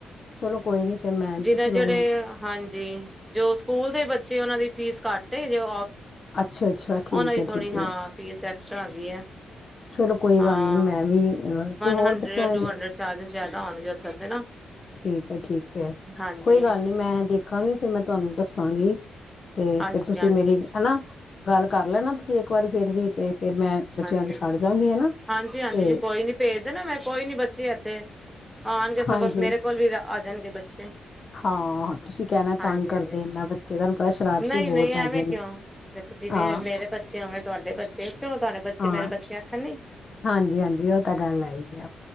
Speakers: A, on the left (about 40°); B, in the centre.
A: ਚਲੋ ਕੋਈ ਨੀ ਫਿਰ ਮੈਂ
B: ਜਿਨਾਂ
A: ਤੁਸੀਂ
B: ਜਿੜੇ
A: ਮੈਨੂੰ
B: ਹਾਂਜੀ ਜੋ ਸਕੂਲ ਦੇ ਬੱਚੇ ਉਹਨਾ ਦੀ ਫੀਸ ਘੱਟ ਜੇ ਆ
A: ਅੱਛਾ ਅੱਛਾ ਠੀਕ
B: ਉਹ ਦੀ
A: ਹੈ
B: ਥੋੜੀ
A: ਠੀਕ ਹੈ
B: ਹਾ ਫੀਸ ਐਕਸਟਰਾ ਆ ਗਈ ਹ
A: ਚਲੋ ਕੋਈ
B: ਹਾਂ
A: ਗੱਲ ਨੀ ਮੈਂ ਵੀ ਤੇ ਹੋਰ
B: ਹੁੰਦਰੀਦ
A: ਬੱਚਿਆਂ
B: ਜਾਂ ਟੂ
A: ਨੇ
B: ਹੁੰਦਰੀਦ ਐਕਸਟਰਾ ਚਾਰਜਜ ਜ਼ਿਆਦਾ ਹੋਣਗੇ ਉੱਧਰ ਦੇ ਨਾ
A: ਠੀਕ ਹੈ ਠੀਕ ਹੈ
B: ਹਾਂਜੀ
A: ਕੋਈ ਗੱਲ ਨੀ ਮੈਂ ਦੇਖਾਂਗੀ ਫੇਿਰ ਮੈਂ ਤੁਹਾਨੂੰ ਦੱਸਾਂਗੀ ਤੇ
B: ਹਾਂਜੀ
A: ਫੇਿਰ ਤੁਸੀਂ
B: ਹਾਂਜੀ
A: ਮੇਰੀ ਹਨਾ ਗੱਲ ਕਰ ਲੈਣਾ ਤੁਸੀਂ ਇੱਕ ਵਾਰੀ ਫਿਰ ਵੀ ਤੇ ਫਿਰ ਮੈਂ ਬੱਚਿਆਂ
B: ਹਾਂਜੀ
A: ਨੂੰ ਛੱਡ ਜਾਗੀ ਹਨਾ
B: ਹਾਂਜੀ ਹਾਂਜੀ
A: ਤੇ
B: ਕੋਈ ਨੀ ਭੇਜ ਦੇ ਨਾ ਮੈਂ ਕੋਈ ਨੀ ਬੱਚੇ ਇੱਥੇ ਹਹਾੰ ਗਗੇ
A: ਹਾਂਜੀ
B: ਸਗੋਸ ਮੇਰੇ ਕੋਲਰੀਦਾ ਆ ਜਾਣਗੇ ਬੱਚੇ
A: ਹਾਂ ਤੁਸੀਂ ਕਹਿਣਾ
B: ਹਾਂਜੀ
A: ਤੰਗ ਕਰਦੇ
B: ਹਾਂਜੀ
A: ਇਨਾ ਬੱਚੇ ਤੁਹਾਨੂੰ ਪਤਾ ਸ਼ਰਾਰਤੀ
B: ਨਹੀਂ
A: ਬਹੁਤ
B: ਨਹੀਂ ਐਵੇਂ
A: ਹੈਗੇ ਨੇ
B: ਕਿਉਂ ਦੇਖੋ ਜਿਵੇਂ
A: ਹਾਂ
B: ਮੇਰੇ ਬੱਚੇ ਉਵੇਂ ਤੁਹਾਡੇ ਬੱਚੇ ਕਿਉਂ ਤੁਹਾਡੇ ਬੱਚੇ
A: ਹਾਂ
B: ਮੇਰੇ ਬੱਚੇ ਆਖਣ ਨੀ
A: ਹਾਂਜੀ ਹਾਂਜੀ ਉਹ ਤਾਂ ਗੱਲ ਹੈਈ ਆ